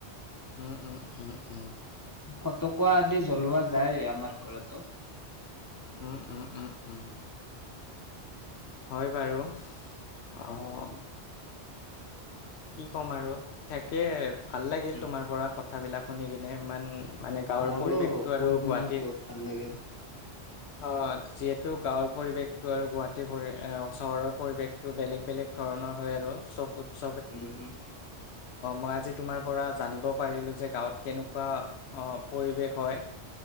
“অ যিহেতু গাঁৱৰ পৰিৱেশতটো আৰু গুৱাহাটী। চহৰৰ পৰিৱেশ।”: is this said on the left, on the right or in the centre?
Left